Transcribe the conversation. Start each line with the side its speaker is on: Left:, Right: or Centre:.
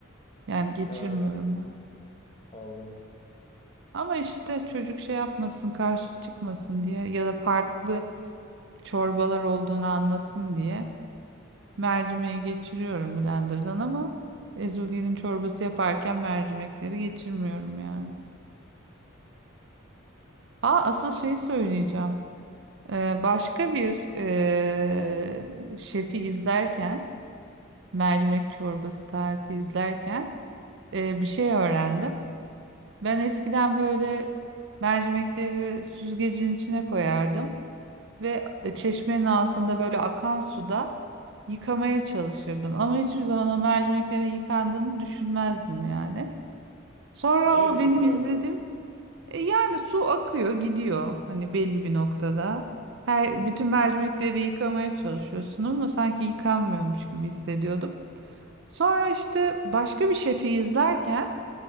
Right: Yani geçirmiyorum
Left: Ha.
Right: ben.
Left: Anladım.
Right: Ama işte çocuk şey yapmasın, karşı çıkmasın diye ya da farklı çorbalar olduğunu anlasın diye mercimeği geçiriyorum blenderdan ama ezogelin çorbası yaparken mercimekleri geçirmiyorum yani. Ha asıl şeyi söyleyeceğim. Ee, başka bir eee, şefi izlerken, mercimek çorbası tarifi izlerken eee, bir şey öğrendim. Ben eskiden böyle mercimekleri süzgecin içine koyardım ve e, çeşmenin altında böyle akan suda yıkamaya çalışırdım. Ama hiçbir zaman o mercimeklerin yıkandığını düşünmezdim yani. Sonra
Left: Niye
Right: o
Left: düşünmezdin?
Right: benim izlediğim E, yani su akıyor, gidiyor hani belli bir noktada. Her
Left: Hmm.
Right: bütün mercimekleri yıkamaya çalışıyorsun ama sanki yıkanmıyormuş gibi hissediyordum. Sonra işte başka bir şefi izlerken